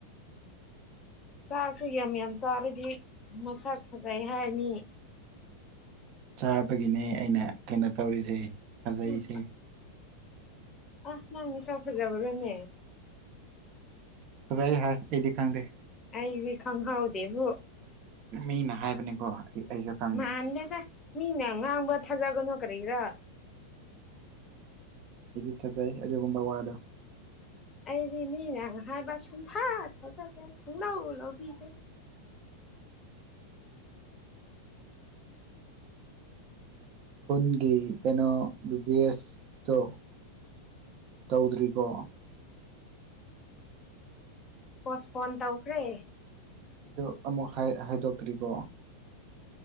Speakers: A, on the left (about 25°); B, on the right (about 40°).
A: ꯆꯥꯛꯁꯨ ꯌꯥꯝ ꯌꯥꯝ ꯆꯥꯔꯗꯤ ꯃꯁꯛ ꯐꯖꯩ ꯍꯥꯏꯔꯅꯤ꯫
B: ꯆꯥꯕꯒꯤꯅꯦ ꯑꯩꯅ ꯀꯩꯅꯣ ꯇꯧꯔꯤꯁꯦ꯫ ꯐꯖꯩꯁꯦ
A: ꯎꯝ ꯑ ꯅꯪ ꯃꯁꯥꯛ ꯐꯖꯕꯔꯅꯦ꯫
B: ꯐꯖꯩ ꯍꯥꯏ ꯑꯩꯗꯤ ꯈꯪꯗꯦ꯫
A: ꯑꯩꯗꯤ ꯈꯪꯍꯥꯎꯗꯦꯕꯨ꯫
B: ꯃꯤꯅ ꯍꯥꯏꯕꯅꯤꯀꯣ꯫ ꯑꯩꯁꯨ ꯈꯪꯗꯦ
A: ꯃꯥꯟꯗꯅ ꯃꯤꯅ ꯉꯥꯡꯕ ꯊꯥꯖꯒꯅꯨ ꯀꯔꯤꯔꯥ
B: ꯑꯩꯗꯤ ꯊꯥꯖꯩ ꯑꯗꯨꯒꯨꯝꯕ ꯋꯥꯗꯣ꯫
A: ꯑꯩꯗꯤ ꯃꯤꯅ ꯍꯥꯏꯕ ꯁꯨꯡꯊ ꯊꯖꯗꯦ ꯁꯨꯡꯂꯧ ꯂꯥꯎꯕꯤꯗꯦ꯫
B: ꯈꯨꯟꯒꯤ ꯀꯩꯅꯣ ꯕꯤꯕꯤ ꯑꯦꯁꯇꯣ ꯇꯧꯗ꯭ꯔꯤꯀꯣ?
A: ꯄꯣꯁꯄꯣꯟ ꯇꯧꯈ꯭ꯔꯦ꯫
B: ꯑꯗꯨ ꯑꯃꯨꯛ ꯍꯥꯏꯗꯣꯛꯇ꯭ꯔꯤꯀꯣ꯫